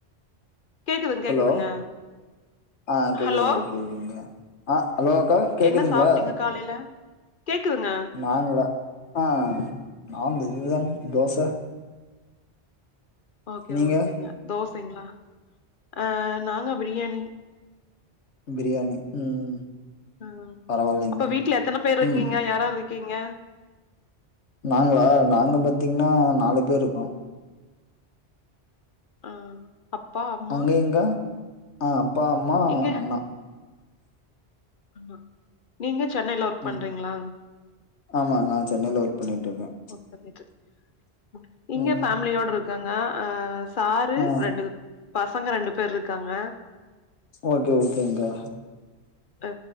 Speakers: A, on the left; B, on the left.
A: கேக்குதுங் கேக்குதுங்க
B: ஹலோ ஆ கேக்குது
A: ஹலோ
B: ஓகே ஓகேங்க்கா ஆ ஹலோ அக்கா கேக்குதுங்களா
A: என்ன சாப்டீங்க காலையில கேக்குதுங்க
B: நாங்களா ஆ நாங் இதுதா தோச
A: ஓகே
B: நீங்க
A: ஓகேங்க தோசைங்ளா அ நாங்க பிரியாணி
B: பிரியாணி ம்
A: அ
B: பரவாயில்லைங்க்கா
A: அப்ப வீட்ல எத்தன பேர் இருக்கீங்க
B: ம்
A: யார் யார் இருக் கீங்க
B: நாங்களா நாங்க பாத்தீங்களா நாலு பேர் இருக்கோ
A: ஆ அப்பா அம்மா
B: அங்கேங்க்கா ஆ அப்பா அம்மா
A: இங்க
B: அண்ணா
A: ஆமா நீங்க சென்னையில ஒர்க்
B: ம்
A: பண்றீங்ளா
B: ஆமா நான் சென்னையில
A: ஓகே
B: ஒர்க் பண்ணிட்டு இருக்கேன்
A: ஓக் பண்ணீட்டு ஓகே இங்க
B: ம்
A: ஃபேமிலியோட இருக்காங்க அ சாரு
B: ஆ
A: ரெண்டு பசங்க ரெண்டு பேர் இருக்காங்க
B: ஓகே ஓக்கேங்க்கா
A: அ